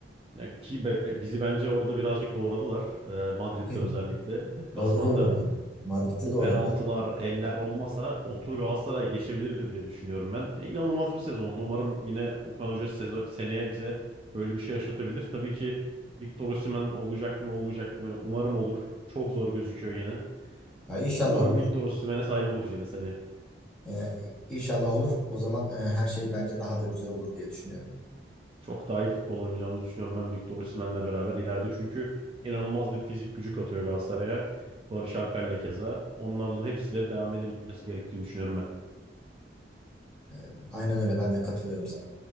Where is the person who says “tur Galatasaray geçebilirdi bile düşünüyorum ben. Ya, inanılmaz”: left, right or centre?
Right